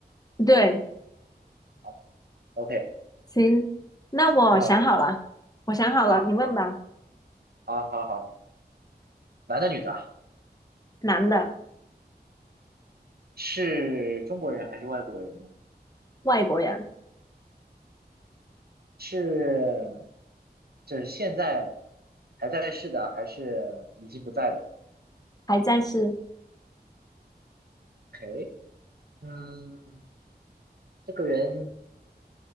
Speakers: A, on the left; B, on the right.
A: 对，
B: 好，OK，
A: 行，那我想好了，
B: 那我们
A: 我想好了，
B: 啊，
A: 你问吧。
B: 你想好了好好好，男的女的啊
A: 男的，
B: 是中国人还是外国人呢？
A: 外国人。
B: 是，这现在还在世的啊，还是已经不在的
A: 还在世，
B: ？OK，嗯，这个人，